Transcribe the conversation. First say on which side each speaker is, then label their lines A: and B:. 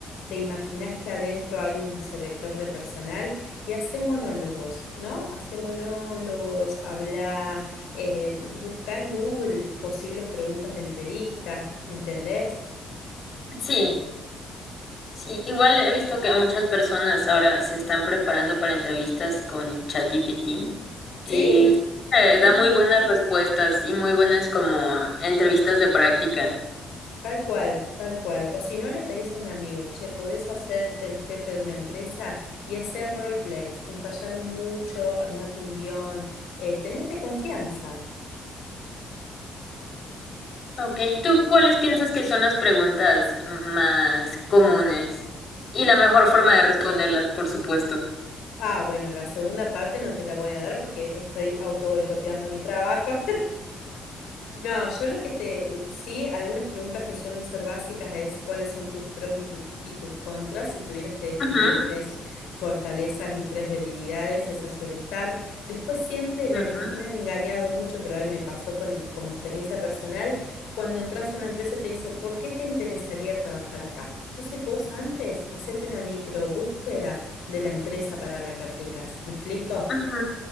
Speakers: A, on the left; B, on the left.
A: te imaginas que adentro hay un selector de personal y hace monólogos, ¿no? Hace monólogos, habla, eh, busca en Google posibles preguntas de entrevista, ¿me entendés?
B: Sí, sí. Igual he visto que muchas personas ahora se están preparando para entrevistas con ChatGPT
A: Sí,
B: y eh,
A: ujú,
B: da muy buenas respuestas y muy buenas como entrevistas de práctica.
A: Tal cual, tal cual. O si no le pedís a un amigo, che, podés hacerte el jefe de una empresa y hacer roleplays, ensayalo mucho, armate un guión, eh, tenete confianza.
B: Ok, ¿tú cuáles piensas que son las preguntas más comunes? Y la mejor forma de responderlas, por supuesto.
A: Ah, bueno, la segunda parte no te la voy a dar porque estoy auto boicoteando mi trabajo. <laughs> No, yo lo que te, sí, algunas preguntas que suelen ser básicas es cuáles son tus pros y, tu- y tus contras. Si tuvieras que describir
B: Ujú,
A: tres fortalezas y tres debilidades, esa suele estar. Después siempre la
B: ujú,
A: que a mí me han engañado mucho, pero ahí me pasó con, como experiencia personal, cuando entras a una empresa te dice, ¿por qué te interesaría trabajar acá? Entonces vos antes, hacete una micro búsqueda de la empresa para la que aplicas. ¿Me explico?
B: ujú.